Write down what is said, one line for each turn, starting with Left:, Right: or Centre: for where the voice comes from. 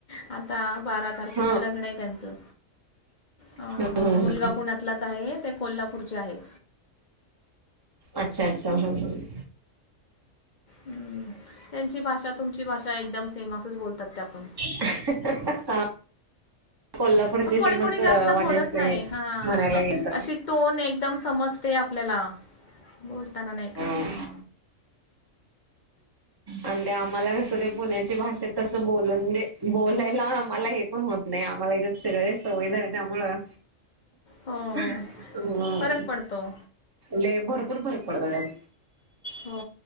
Left: आता बारा तारखेला
Right: हा
Left: लग्न आहे त्याचं, अ
Right: हम्म हम्म
Left: मुलगा पुण्यातला. आहे ते कोल्हापूरचे आहेत.
Right: अच्छा अच्छा, हम् हम्.
Left: हम्म, त्यांची भाषा तुमची भाषा, एकदम सेम असंच बोलतात त्यापण.
Right: हां. कोल्हापूरची
Left: मग कोणी
Right: सिमाच
Left: कोणी जास्त
Right: वाटत
Left: बोलत
Right: असेल.
Left: नाही. हां,
Right: म्हणायला
Left: हां.
Right: गेलं
Left: अशी टोन एकदम समजते आपल्याला, बोलताना नाही
Right: तर.
Left: का हां.
Right: आणि ते आम्हाला कसं ते, पूण्याची भाषा तसं बोले बोलायला आम्हाला येत. पण होत नाही, आम्हांला इथं सगळे सवयी झाले त्यामुळं.
Left: हो.
Right: हम्म..
Left: फरक पडतो.
Right: लई भरपूर फरक पडतो त्यान.
Left: हो.